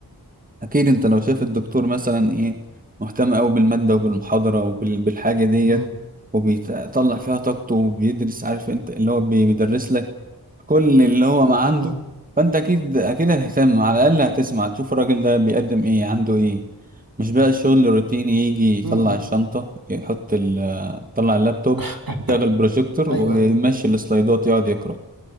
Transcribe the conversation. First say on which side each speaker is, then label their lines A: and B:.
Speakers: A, on the right; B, on the right.
A: اكيد انت لو شايف الدكتور مثلا ايه مهتم قوي بالماده وبالمحاضره وبالحاجه ديت
B: مم.
A: وبيطلع فيها طاقته وبيدرس عارف انت اللي هو بي- بيدرس لك كل اللي هو ما عنده
B: مم.
A: فانت اكيد اكيد هتهتم على الاقل هتسمع تشوف الراجل ده بيقدم ايه عنده ايه مش بقى الشغل الروتيني يجي يطلع
B: مم.
A: الشنطه يحط ال يطلع اللابتوب
B: <laughs>
A: يشغل البروجيكتور ويمشي
B: أيوه أيوه
A: السلايدات يقعد يقرا